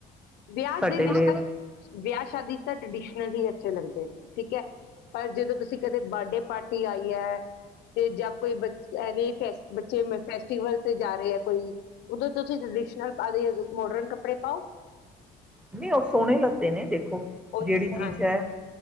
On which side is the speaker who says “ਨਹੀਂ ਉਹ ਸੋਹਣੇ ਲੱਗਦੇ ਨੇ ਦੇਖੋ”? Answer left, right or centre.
Centre